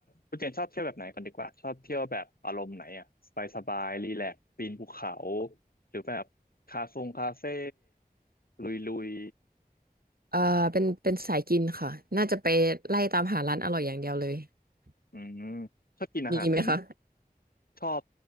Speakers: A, on the left; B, on the right.
A: คุณเจนชอบเที่ยวแบบไหนก่อนดีกว่าชอบเที่ยวแบบอารมณ์ไหนอ่ะสบายสบายรีแลกซ์ปีนภูเขาหรือแบบคาทรงคาเฟ่ลุยลุย
B: เออเป็นเป็นสายกินค่ะน่าจะไปไล่ตามหาร้านอร่อยอย่างเดียวเลย
A: อืมชอบกินอาหาร
B: มีไหมคะ
A: ชอบ